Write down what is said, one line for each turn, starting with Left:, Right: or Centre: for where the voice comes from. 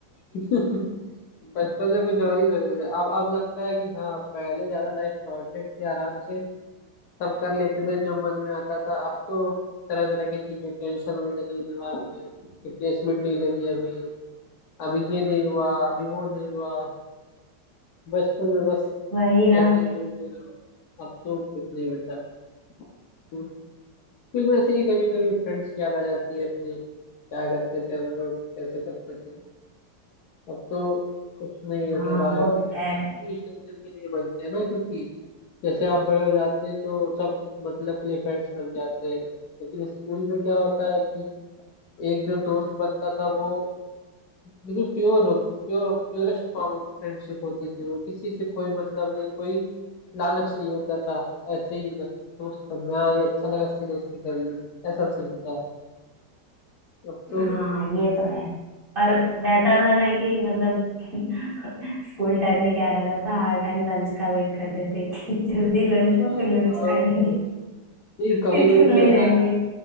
Left: <laughs> बचपन में कुछ और ही रहते थे। अब अब लगता है कि हाँ पहले ज्यादा लाइफ शॉर्टेड थी आराम से सब कर लेते थे जो मन में आता था अब तो तरह तरह की चीजें टेंशन होने लगी दिमाग में कि प्लेसमेंट नहीं लगी अभी अभी ये नहीं हुआ अभी वो नहीं हुआ बचपन में बस
Right: वही ना
Left: ऐसे ही घूमते रहो अब तो कुछ नहीं बचा स्कूल स्कूल में ऐसे ही कभी कभी फ्रेंड्स की याद आ जाती है अपने क्या करते थे हम लोग कैसे करते थे अब तो कुछ नहीं
Right: हाँ
Left: ऐसा रहा
Right: वो
Left: है कि
Right: तो
Left: फ्रेंड
Right: है
Left: भी इस तरीके के नहीं बनते हैं ना क्योंकि जैसे आप बड़े हो जाते हैं तो सब मतलब के लिए फ्रेंड्स बन जाते हैं लेकिन स्कूल में क्या होता है कि एक जो दोस्त बनता था वो बिल्कुल pure pure purest form of friendship होती थी वो किसी से कोई मतलब नहीं कोई लालच नहीं होता था ऐसे ही बस दोस्त बन गया ये अच्छा लगा इससे दोस्ती कर ली ऐसा सीन था अब तो
Right: हाँ ये तो है और रहता था ना कि मतलब <laughs> स्कूल टाइम में क्या रहता था हर टाइम लंच का वेट करते थे कि <laughs> जल्दी लंच हो
Left: हाँ,
Right: फिर लंच
Left: और
Right: खाएंगे
Left: नहीं कभी
Right: फिर
Left: कभी
Right: खेलने
Left: तो ऐसा
Right: जाएंगे